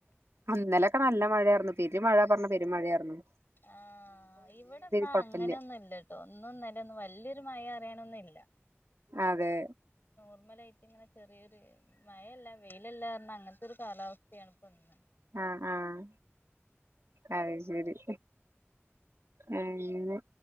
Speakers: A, on the right; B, on the left.
A: ഇന്നലൊക്കെ നല്ല മഴായിരുന്നു പെരു മഴ പറഞ്ഞ പെരു മഴാരുന്നു
B: ആഹ് ആ ഇവിടന്നാ
A: കൊഴപ്പില്ല
B: അങ്ങനെയൊന്നും ഇല്ലട്ടോ ഇന്നിന്നൊലയും വല്യൊരു മഴ അറിയാനൊന്നുല്ല
A: അതെ
B: നോർമലായിട്ട് ഇങ്ങനെ ചെറിയൊരു മയല്ല വെയിലല്ല കാര അങ്ങനത്തെ ഒരു കാലാവസ്ഥയാണ് ഇപ്പൊ ഇന്ന്
A: ആഹ് ആഹ് അത് ശരി- അങ്ങ്നെ